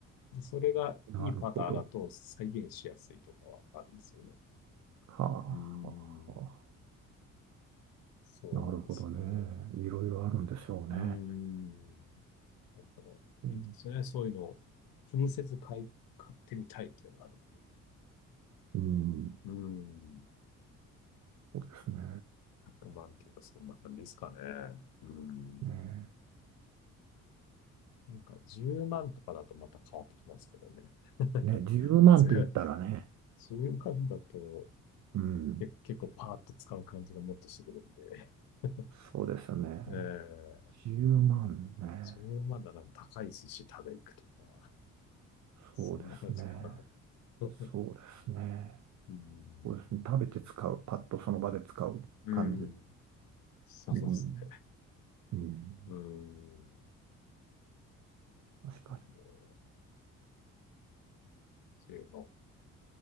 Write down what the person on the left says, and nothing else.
で、それがいいパターだと再現しやすいとかはあるんですよね。
うーん、
そうなんですよ。
うーん、だからいいですね。
そういうのを気にせず買い、買ってみたいっていうのがあるんで。
うーん、
100万っていうとそんな感じですかね。うーん、
なんか10万とかだとまた変わってきますけどね。<laughs>
それ10万だと
け結構パーッと使う感じがもっとしてくるんで。<laughs>
ええ
うん、10万だなら高い寿司食べ行くとか、そんな感じかな。
<laughs> そう
うん。
うん。そうですね。
うん。
あの、10万。